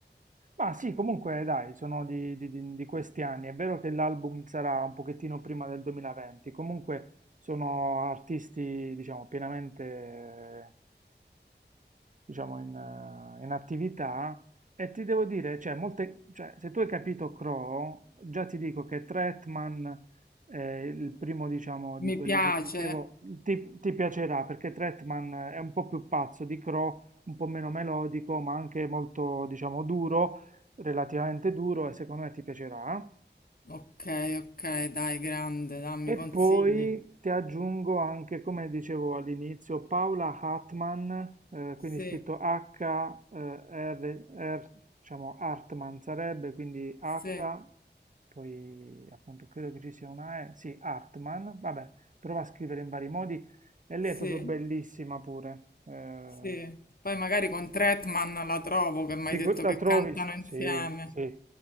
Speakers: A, on the right; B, on the left.
A: Ma sì, comunque dai, sono di, di- di- di questi anni. È vero che l'album sarà un pochettino prima del 2020, comunque sono artisti, diciamo, pienamente, eh, diciamo, in, eh, in attività. E ti devo dire, cioè, molte, cioè, se tu hai capito Crow, già ti dico che Tretman è il primo, diciamo, di
B: mi
A: quelli
B: piace.
A: che ti dicevo, ti, ti piacerà perché Tretman è un po' più pazzo di Crow, un po' meno melodico, ma anche molto, diciamo, duro relativamente duro e secondo me ti piacerà.
B: Ok, ok, dai, grande, dammi
A: E
B: consigli.
A: poi ti aggiungo anche, come dicevo all'inizio, Paula Hartman, eh, quindi
B: Sì,
A: scritto H-R, diciamo Hartman sarebbe, quindi H,
B: sì,
A: poi appunto credo che ci sia una E, sì, Hartman, vabbè, prova a scrivere in vari modi e lei
B: sì,
A: è proprio bellissima pure. eh,
B: sì. Poi magari con Tretman la trovo che mi
A: sicur-
B: hai detto
A: la
B: che
A: trovi?
B: cantano insieme.
A: Sì, sì.